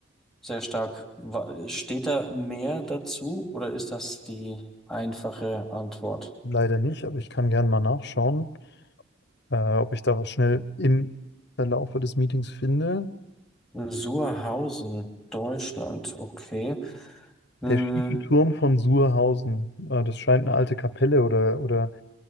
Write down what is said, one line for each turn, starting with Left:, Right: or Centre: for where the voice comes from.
Centre: Sehr stark. Wa- Steht da mehr dazu oder ist das die einfache Antwort?
Left: Leider nicht, aber ich kann gerne mal nachschauen, äh, ob ich da was schnell im Verlaufe des Meetings finde.
Centre: Suhrhausen, Deutschland, okay. Hm,
Left: Der schiefe Turm von Surhausen, äh, das scheint eine alte Kapelle oder, oder